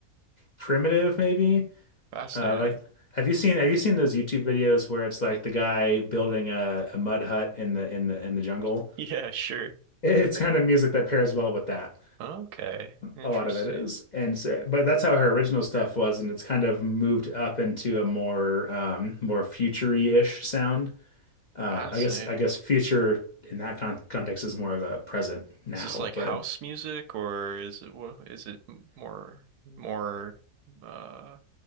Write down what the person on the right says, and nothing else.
Fascinating.
<laughs> Yeah, sure.
Okay. Interesting.
Fascinating.
Is this like
house music or is it wha- is it m- more more uh